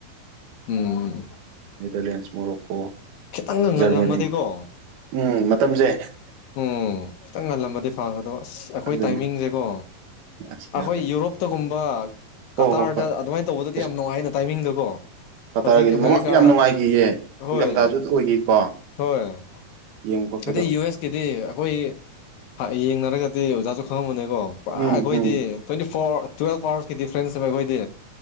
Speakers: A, on the left (about 70°); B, on the right (about 80°).
A: ꯎꯝ ꯎꯝ
B: ꯅꯦꯗꯔꯂꯦꯟꯁ ꯃꯣꯔꯣꯀꯣ
A: ꯈꯤꯇꯪꯒ ꯉꯜꯂꯝꯃꯗꯤꯀꯣ
B: ꯖꯔꯃꯅꯤ ꯎꯝ ꯃꯇꯝꯁꯦ
A: ꯎꯝ ꯈꯤꯇꯪ ꯉꯜꯂꯝꯃꯗꯤ ꯐꯒꯗꯕ ꯑꯁ ꯑꯩꯈꯣꯏ
B: ꯑꯗꯨꯅꯤ
A: ꯇꯥꯏꯃꯤꯡꯁꯦꯀꯣ
B: ꯑꯁ
A: ꯑꯩꯈꯣꯏ
B: ꯌꯥꯗꯦ
A: ꯌꯨꯔꯣꯞꯇꯒꯨꯝꯕ
B: ꯍꯣꯏ
A: ꯀꯇꯥꯔꯗ
B: ꯍꯣꯏ ꯍꯣꯏ
A: ꯑꯗꯨꯃꯥꯏꯅ ꯇꯧꯕꯗꯗꯤ
B: ꯑꯁ
A: ꯌꯥꯝ ꯅꯨꯡꯉꯥꯏꯅ ꯇꯥꯏꯃꯤꯡꯗ ꯀꯣ
B: ꯀꯇꯥꯔꯒꯤꯗꯤ
A: ꯍꯧꯖꯤꯛ ꯑꯃꯦꯔꯤꯀꯥ
B: ꯃꯃꯥꯡ ꯌꯥꯝ ꯅꯨꯡꯉꯥꯏꯈꯤꯌꯦ
A: ꯍꯣꯏ
B: ꯅꯤꯡꯊꯝꯊꯥꯁꯨ ꯑꯣꯏꯈꯤꯀꯣ
A: ꯍꯣꯏ
B: ꯌꯦꯡꯕ ꯈꯣꯠꯄꯗꯣ
A: ꯑꯗ ꯌꯨ ꯑꯦꯁ ꯀꯦꯗꯤ ꯑꯩꯈꯣꯏ ꯑꯩ ꯌꯦꯡꯅꯔꯒꯗꯤ ꯑꯣꯖꯥꯁꯨ ꯈꯪꯉꯃꯅꯤ ꯣ ꯄꯨꯔꯥ
B: ꯎꯝ
A: ꯑꯩꯈꯣꯏꯗꯤ
B: ꯎꯝ
A: ꯇ꯭ꯋꯦꯟꯇꯤ ꯐꯣꯔ ꯇꯨꯋ ꯑꯋꯥꯔꯁ ꯗꯤꯐ꯭ꯔꯦꯟꯁ ꯑꯩꯈꯣꯏꯗꯤ